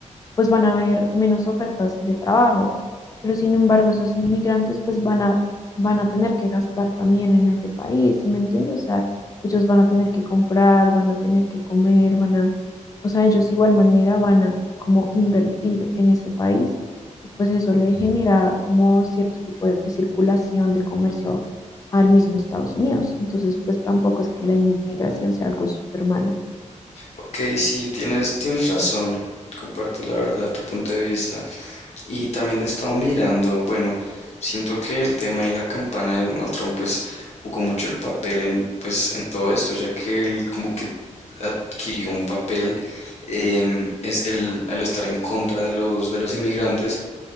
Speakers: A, on the left; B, on the left.
A: pues van a haber menos ofertas de trabajo, pero sin embargo esos inmigrantes pues van a, van a tener que gastar también en ese país, ¿sí me entiendes? O sea, ellos van a tener que comprar, van a tener que comer, van a, o sea, ellos igual manera van a como invertir en ese país y pues eso le genera como cierto tipo de circulación de comercio al mismo Estados Unidos. Entonces, pues tampoco es que la inmigración sea algo súper malo.
B: Ok, sí, tienes, tienes razón. Comparto la verdad, tu punto de vista. Y también he estado mirando, bueno, siento que el tema de la campana de Donald Trump pues jugó mucho el papel en, pues, en todo esto, ya que él como que adquirió un papel eh, es el, al estar en contra de los, de los inmigrantes